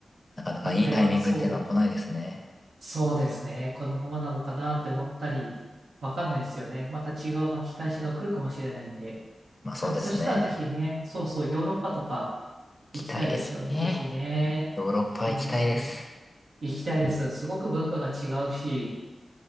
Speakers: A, on the left (about 20°); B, on the right (about 80°).
A: なかなかいいタイミングっていうのは来ないですね。
B: なのでは、そう、そうですね。このままなのかなって思ったり、わかんないですよね。また違う巻き返しが来るかもしれないんで。
A: まあ、そうですね。
B: でもそしたらぜひね、そうそう、ヨーロッパとか
A: 行きたいですね。
B: 行きたいですよね。ぜひね、
A: ヨーロッパ行きたいです。
B: いろんな国。行きたいです。すごく文化が違うし、